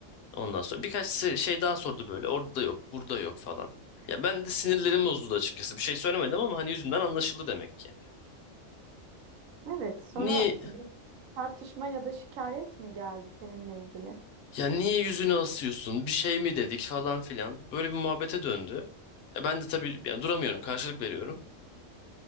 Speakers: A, on the left; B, on the right.
A: Ondan sonra birkaç se- şey daha sordu böyle. Orada yok, burada yok falan. Ya ben de sinirlerim bozuldu açıkçası. Bir şey söylemedim ama hani yüzümden anlaşıldı demek ki.
B: Evet. Sonra
A: Niye
B: bir tartışma ya da şikayet mi geldi seninle ilgili?
A: ya niye yüzünü asıyorsun? Bir şey mi dedik falan filan. Böyle bir muhabbete döndü. E ben de tabii yani duramıyorum, karşılık veriyorum.